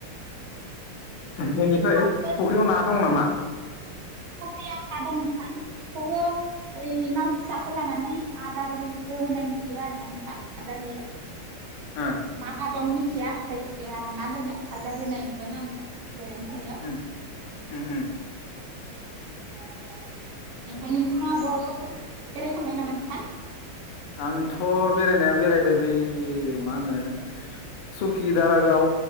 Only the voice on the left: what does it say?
बेनिफ्राय
फुख्रियाव ना दं नामा?
ओम।
उम उम उम।
आंथ' बेरायनाया बेरायबाय बै मा होनो सुकि, दारागाव,